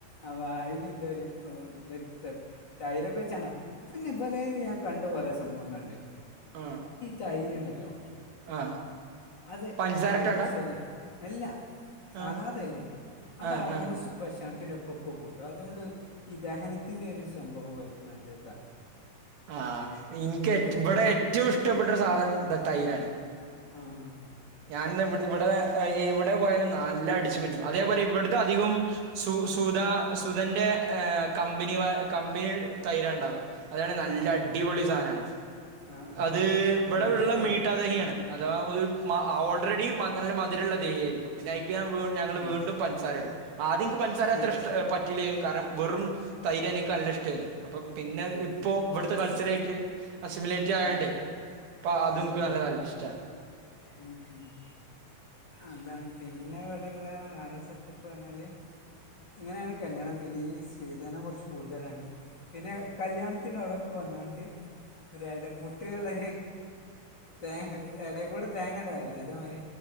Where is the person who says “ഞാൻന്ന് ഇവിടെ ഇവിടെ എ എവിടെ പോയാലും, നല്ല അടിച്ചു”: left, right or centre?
Right